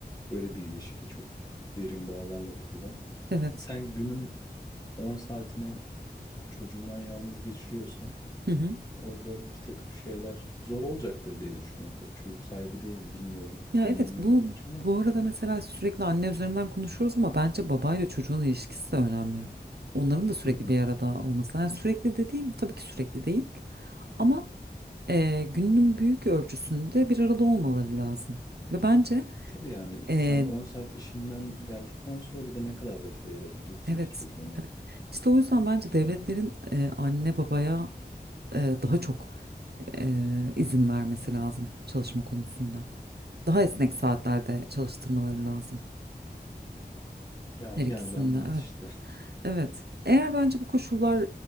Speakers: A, on the left; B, on the right.
A: böyle bir ilişki çok derin bağlarla kurulan.
B: evet.
A: Sen günün 10 saatini yani çocuğundan yalnız geçiriyorsan
B: Hı hı.
A: orada bir takım şeyler zor olacaktır diye düşünüyorum. Tabii çocuk sahibi değilim, bilmiyorum.
B: Ya
A: Deneyimlemedim
B: evet bu
A: hiç ama.
B: bu arada mesela sürekli anne üzerinden konuşuyoruz ama bence babayla çocuğun ilişkisi de önemli. Onların da sürekli
A: Hı hı.
B: bir arada olması. Yani sürekli dediğim tabii ki sürekli değil. Ama e, günün büyük ölçüsünde bir arada olmaları lazım. Ve bence
A: E tabii yani
B: e,
A: sen 10 saat işinden geldikten sonra bir de ne kadar vakit ayırabileceksin
B: evet,
A: ki çocuğuna?
B: evet. İşte o yüzden bence devletlerin e, anne babaya e, daha çok e, izin vermesi lazım çalışma konusunda. Daha
A: Hı
B: esnek
A: hı.
B: saatlerde çalıştırmaları lazım
A: Yani
B: her ikisinde.
A: geldi anlat
B: Evet,
A: işte. <laughs>
B: evet. Eğer bence bu koşullar